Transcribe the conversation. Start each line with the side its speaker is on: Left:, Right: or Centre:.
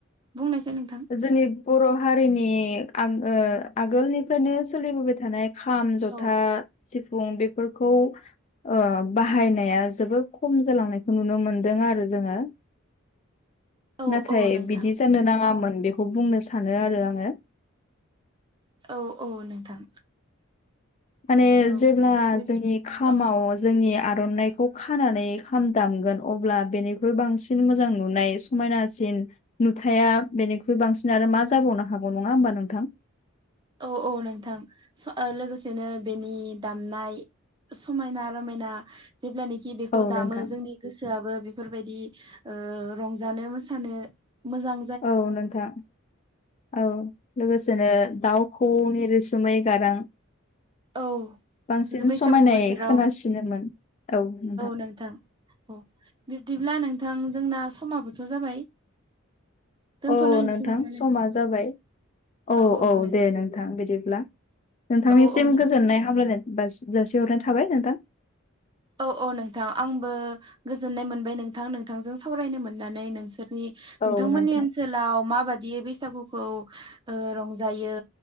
Right: बुंनायसै नोंथां
Left: जोंनि बर' हारिनि आ ओ आगोलनिफ्रायनो सोलिबोबाय थानाय खाम जथा
Right: औ
Left: सिफुं बेफोरखौ ओ बाहायनाया जोबोद खम जालांनायखौ नुनो मोनदों आरो जोङो।
Right: औ
Left: नाथाय
Right: औ नोंथां
Left: बिदि जानो नाङामोन बेखौ बुंनो सानो आरो आङो।
Right: औ-औ नोंथां।
Left: माने
Right: औ
Left: जेब्ला
Right: बिदि
Left: जोंनि खामाव
Right: औ
Left: जोंनि आर'नाइखौ खानानै खाम दामगोन अब्ला बेनिख्रुइ बांसिन मोजां नुनाय समायनासिन नुथाया बेनिख्रुइ बांसिन आरो मा जाबावनो हागौ नङा होमबा नोंथां?
Right: औ-औ नोंथां लोगोसेनो बेनि दामनाय। समायना रमायना जेब्लानेखि बेखौ
Left: औ
Right: दामो
Left: नोंथां
Right: जोंनि गोसोआबो बेफोरबायदि ओ रंजानो मोसानो मोजां
Left: औ नोंथां औ लोगोसेनो दाउ खौवौनि रोसोमै गारां।
Right: औ
Left: बांसिन
Right: बैसागु
Left: समायनाय
Right: बोथोराव
Left: खोनासिनोमोन औ नोंथां।
Right: नोंथां। अ बिब्दिब्ला नोंथां जोंना समाबोथ' जाबाय? दोनथ'लायनोसै
Left: औ नोंथां
Right: नामा
Left: समा जाबाय औ-औ
Right: औ औ नोंथां
Left: दे नों थां बिदिब्ला नोंथांनिसिम
Right: औ औ नोंथां
Left: गोजोननाय हामलायनाय बा जासिहरनाय थाबाय नोंथां।
Right: औ औ नोंथां आंबो गोजोननाय मोनबाय नोंथां नोंथांजों सावरायनो मोननानै नोंसोरनि नोंथांमोननि
Left: औ नोंथां
Right: ओनसोलाव माबायैदि बैसागुखौ ओ रंजायो।